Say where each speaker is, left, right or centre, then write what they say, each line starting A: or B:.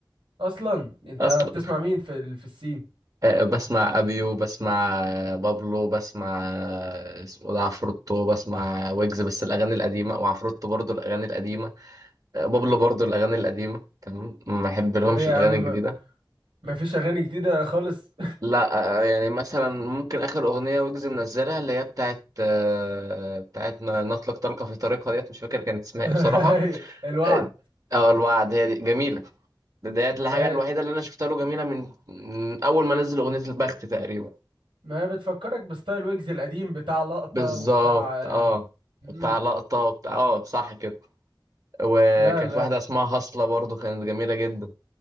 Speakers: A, on the right (about 85°); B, on the right (about 45°).
A: اصلا انت
B: اصلا
A: بتسمع مين في ال- في السين
B: آه، بسمع ابيو بسمع آه، بابلو بسمع آه، اسمه ده عفروتو بسمع ويجز بس الاغاني القديمه وعفروتو برضو الاغاني القديمه آه، بابلو برضو الاغاني القديمه تمام ما بحب لهمش
A: طب ايه يا
B: الاغاني
A: عم
B: الجديده
A: مفيش اغاني جديده خالص
B: لا آه، آه، يعني مثلا ممكن اخر اغنيه ويجز منزلها اللي هي بتاعت آه، بتاعت ن- نطلق طلقه في طريقها ديت مش فاكر كانت اسمها
A: <laughs> ايوه
B: ايه بصراحه
A: الوعد
B: اه آه، الوعد هي دي جميله ده- ديت الحاجه
A: ما
B: الوحيده اللي انا شفتها له جميله من من اول ما نزل اغنيه البخت تقريبا
A: ما بتفكرك بستايل ويجز القديم بتاع لقطه
B: بالظبط
A: وبتاع آه،
B: اه
A: مم.
B: بتاع لقطة وبتاع اه صح كده وكان
A: لا لا
B: في واحدة اسمها هصلة برضو كانت جميلة جدا